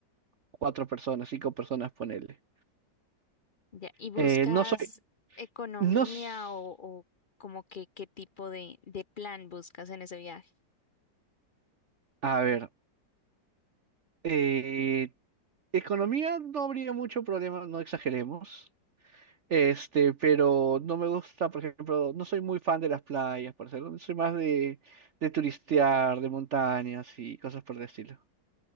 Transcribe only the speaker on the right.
cuatro personas, cinco personas, ponele.
Eh, no soy,
no, s-
a ver, eh, economía no habría mucho problema, no exageremos. Este, pero no me gusta, por ejemplo, no soy muy fan de las playas, por ejemplo, soy más de, de turistear, de montañas y cosas por el estilo.